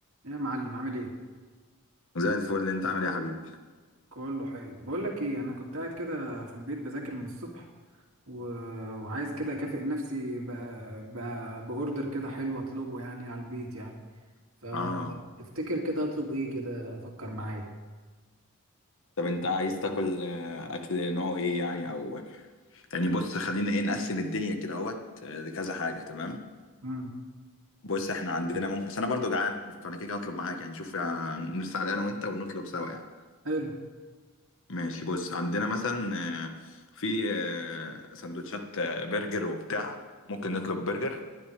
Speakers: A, on the right (about 65°); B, on the left (about 60°).
A: إيه يا معلم عامل ايه
B: زي الفل انت عامل ايه يا حبيبي
A: كله حلو بقول لك ايه انا كنت قاعد كده في البيت بذاكر من الصبح و... وعايز كده اكافئ نفسي ب... ب... باوردر كده حلو اطلبه يعني على البيت يعني فتفتكر
B: اه
A: كده اطلب ايه كده فكر معايا
B: طب انت عايز تاكل آه، اكل نوعه ايه يعني او يعني بص خلينا ايه نقسم الدنيا كده اهوت آه، لكذا حاجه تمام
A: امم
B: بص احنا عندنا ممكن بس انا برضو جعان فانا كده كده هطلب معاك يعني شوف آه، نرسل على انا وانت ونطلب سوا يعني
A: حلو
B: ماشي بص عندنا مثلا آه، في آه، سندوتشات آه، برجر وبتاع ممكن نطلب برجر